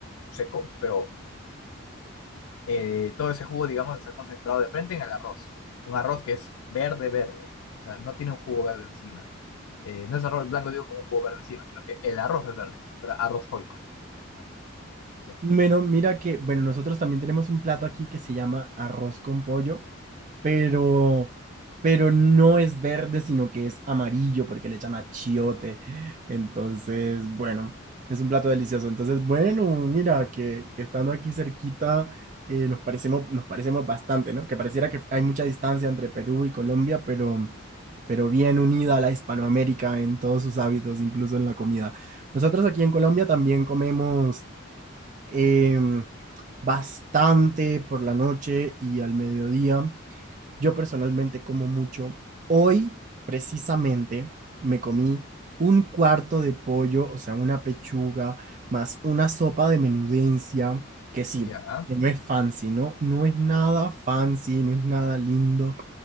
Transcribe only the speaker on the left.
seco, pero eh, todo ese jugo, digamos, está concentrado de frente en el arroz. Un arroz que es verde, verde. O sea, no tiene un jugo verde encima. Eh, no es arroz blanco, digo, con un jugo verde encima, sino que el arroz es verde. si arroz joico. Ya.
Ya.